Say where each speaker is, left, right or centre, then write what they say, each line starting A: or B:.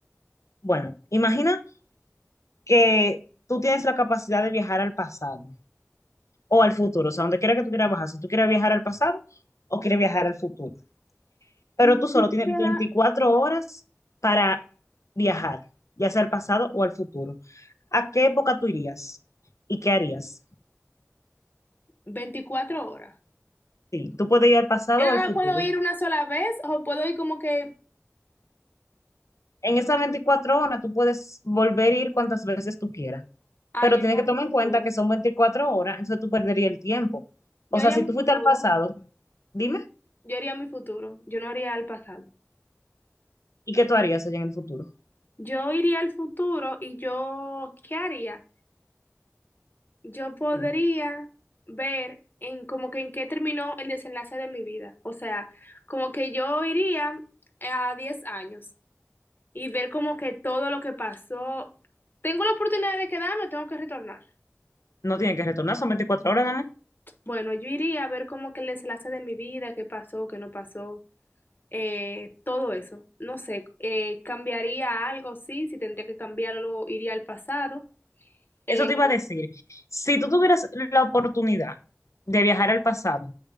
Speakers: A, on the left; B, on the left.
A: Bueno, imagina que tú tienes la capacidad de viajar al pasado o al futuro, o sea, donde quiera que tú quieras viajar, si tú quieres viajar al pasado o quieres viajar al futuro. pero
B: Mm,
A: tú
B: Yo
A: solo
B: quisiera
A: tienes 24 horas para viajar, ya sea al pasado o al futuro. ¿A qué época tú irías? ¿Y qué harías?
B: 24 horas.
A: Sí, tú puedes ir al pasado
B: Yo nada
A: o al
B: más
A: futuro.
B: puedo ir una sola vez o puedo ir como que,
A: En esas 24 horas tú puedes volver a ir cuantas veces tú quieras,
B: ah,
A: pero
B: yo iría
A: tienes que
B: a
A: tomar
B: mi futuro.
A: en cuenta que son 24 horas, entonces tú perderías el tiempo.
B: Yo
A: O sea,
B: haría
A: si
B: mi
A: tú
B: futuro.
A: fuiste al pasado, dime,
B: Yo haría mi futuro. Yo no haría al pasado.
A: ¿y qué tú harías allá en el futuro?
B: Yo iría al futuro y yo, ¿qué haría? yo podría
A: Sí.
B: ver en como que en qué terminó el desenlace de mi vida. O sea, como que yo iría a 10 años y ver como que todo lo que pasó. ¿Tengo la oportunidad de quedarme o tengo que retornar?
A: No tiene que retornar, son 24 horas nada más.
B: Bueno, yo iría a ver como que el desenlace de mi vida, qué pasó, qué no pasó, eh, todo eso. No sé, eh, ¿cambiaría algo? Sí, si tendría que cambiarlo, iría al pasado. Eh,
A: Eso te iba a decir. Si tú tuvieras la oportunidad de viajar al pasado